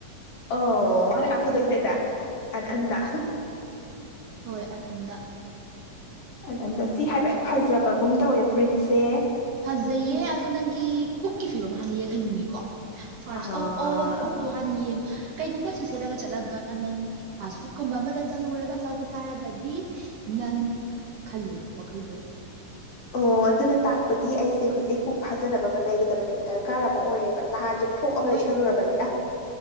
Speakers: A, on the left; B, on the right.
A: ꯑꯣ ꯃꯥꯅꯦ ꯀꯥꯞꯊꯗꯣꯏꯁꯦ ꯑꯥꯟꯗ
B: ꯍꯣꯏ ꯑꯅꯟꯗ
A: ꯑꯅꯟꯗ ꯁꯤ ꯍꯥꯏꯐꯦꯠ ꯐꯖꯕꯒꯨꯝ ꯇꯧꯋꯦ ꯐꯨꯔꯤꯠꯁꯦ
B: ꯐꯖꯩꯌꯦ ꯑꯗꯣ ꯅꯪꯒꯤ ꯄꯨꯛꯀꯤ ꯐꯤꯕꯝ ꯍꯥꯟꯅ ꯌꯦꯡꯍꯟꯅꯤꯡꯉꯤꯀꯣ ꯐꯥꯔꯁ
A: ꯑꯣ
B: ꯑꯣꯐ ꯑꯣꯜ ꯍꯥꯟꯅ ꯌꯦꯡꯉ ꯀꯩꯒꯨꯝꯕ ꯁꯤ ꯁꯦꯠꯂꯒ ꯆꯠꯂꯒ ꯅꯪ ꯐꯥꯁ ꯐꯨꯗꯀꯨꯝꯕ ꯑꯃꯗ ꯆꯪꯉꯨꯔꯒ ꯑꯆꯥꯕꯣꯠ ꯆꯥꯔꯒꯗꯤ ꯅꯪ ꯈꯜꯂꯨ ꯋꯥꯈꯜꯗꯣ
A: ꯑꯣ ꯑꯗꯨꯅ ꯇꯥꯛꯄꯗꯤ ꯑꯩꯁꯦ ꯍꯧꯖꯤꯛ ꯄꯨꯛ ꯐꯥꯖꯅꯕ ꯑꯃ ꯂꯩꯒꯗꯕꯅꯦꯕ ꯗꯔꯀꯥꯔ ꯑꯃ ꯑꯣꯏꯔꯦꯕ ꯅꯍꯥꯟꯁꯦ ꯐꯣꯛ ꯑꯃ
B: ꯍꯣꯏ
A: ꯂꯩꯁꯜꯂꯨꯔꯕꯅꯤꯅ